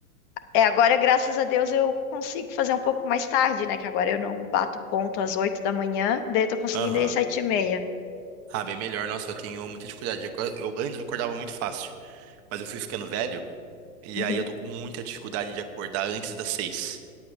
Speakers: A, on the left; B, on the right.
A: é, agora graças a Deus eu consigo fazer um pouco mais tarde, né? Que agora eu não bato ponto às oito da manhã, daí eu tô conseguindo
B: Aham.
A: ir às sete e meia.
B: Ah, bem melhor. Nossa, eu tenho muita dificuldade. de acor- Eu, antes eu acordava muito fácil, mas eu fui ficando velho e
A: Uhum.
B: aí eu tô com muita dificuldade de acordar antes das seis.